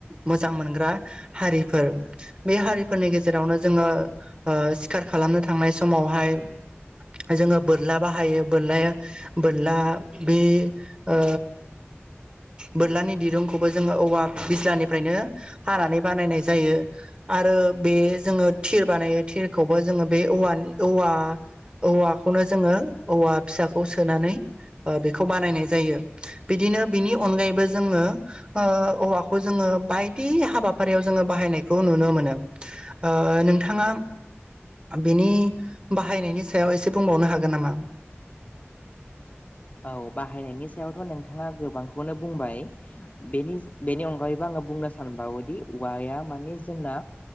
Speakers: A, on the right; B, on the left.
A: मोजां मोनग्रा हारिफोर बे हारिफोरनि गेजेरावनो जोङो ओ सिखार खालामनो थांनाय समावहाय जोङो बोरला बाहायो बोरलाया बोरला बे ओ बोरलानि दिरुंखौबो जोङो औवा बिज्लानिफ्रायनो हानानै बानायनाय जायो। आरो बे जोङो थिर बानायो थिरखौबो जोङो बे औवानि औवा औवाखौनो जोङो औवा फिसाखौ सोनानै ओ बेखौ बानायनाय जायो बिदिनो बिनि अनगायैबो जोङो ओ औवाखौ जोङो बायदि हाबाफारियाव जोङो बाहायनायखौ नुनो मोनो ओ नोंथाङा बिनि बाहायनायनि सायाव एसे बुंबावनो हागोन नामा।
B: औ बाहायनायनि सायावथ' नोंथाङा गोबांखौनो बुंबाय बेनि बेनि अनगायैबो आं आङो बुंनो सानबावोदि औवाया माने जोंना